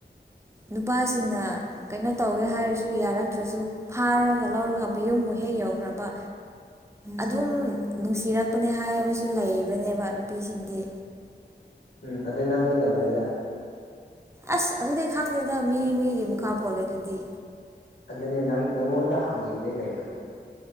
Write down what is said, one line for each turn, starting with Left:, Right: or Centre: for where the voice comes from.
Right: ꯅꯨꯄꯥꯁꯤꯡꯅ ꯀꯩꯅꯣ ꯇꯧꯒꯦ ꯍꯥꯏꯔꯁꯨ ꯑꯗꯨ ꯌꯥꯔꯛꯇ꯭ꯔꯁꯨ ꯐꯥꯔꯒ ꯂꯧꯔꯒ ꯃꯌꯨꯝꯕꯨ ꯍꯦꯛ ꯌꯧꯈ꯭ꯔꯕ ꯑꯗꯨꯝ ꯅꯨꯡꯁꯤꯔꯛꯄꯅꯦ ꯍꯥꯏꯕꯁꯨ ꯂꯩꯕꯅꯦꯕ ꯅꯨꯄꯤꯁꯤꯡꯗꯤ
Left: ꯎꯝ ꯑꯗꯨ ꯅꯪꯗꯤ ꯉꯝꯒꯗ꯭ꯔꯥ
Right: ꯑꯁ ꯑꯗꯨꯗꯤ ꯈꯪꯗꯦꯗ ꯃꯤ ꯃꯤꯒꯤ ꯃꯈꯥ ꯄꯣꯜꯂꯦ ꯑꯗꯨꯗꯤ
Left: ꯑꯗꯨꯅꯦ ꯅꯪ ꯅꯪꯉꯣꯟꯗ ꯍꯪꯉꯤꯕꯅꯦ ꯀꯔꯤꯅꯣ